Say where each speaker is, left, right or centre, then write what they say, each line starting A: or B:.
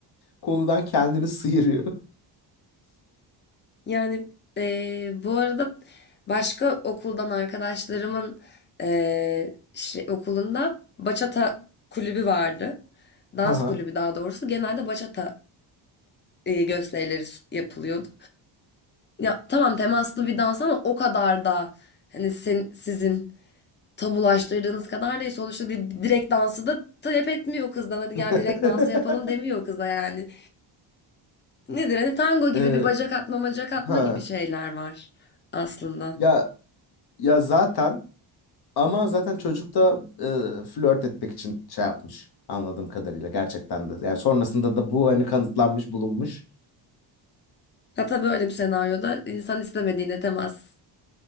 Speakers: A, on the left (about 55°); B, on the left (about 25°).
A: konudan kendini sıyırıyor. <laughs>
B: Yani eee, bu arada başka okuldan arkadaşlarımın eee, şey- okulunda bachata kulübü vardı. Dans
A: Haha.
B: kulübü daha doğrusu. Genelde bachata eee, gösterileri s- yapılıyordu. Ya tamam temaslı bir dans ama o kadar da hani sen, sizin tabulaştırdığınız kadar değil. Sonuçta di- direkt dansı da talep etmiyor kızdan. Hadi
A: <laughs>
B: gel direkt dansı yapalım demiyor kıza yani. Nedir? Hani tango gibi
A: E,
B: bir bacak atma, bacak atma
A: ha.
B: gibi şeyler var aslında.
A: Ya ya zaten ama zaten çocuk da e, flört etmek için şey yapmış anladığım kadarıyla gerçekten de. Yani sonrasında da bu hani kanıtlanmış bulunmuş.
B: Hatta böyle bir senaryoda insan istemediğine temas